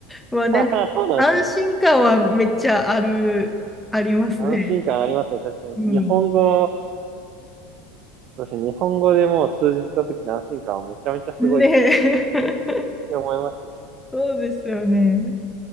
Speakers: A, in the centre; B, on the right (about 40°).
A: まあ、
B: <laughs>
A: なんか、
B: そうなんですね。
A: 安心感はめっちゃある、ありますね。
B: 安心感ありますね。確かに。
A: うん。
B: 日本語、そうですね。日本語でもう通じた時の安心感はめちゃめちゃすごいですね。
A: ねえ、
B: って思いますよ。
A: <laughs> そうですよね。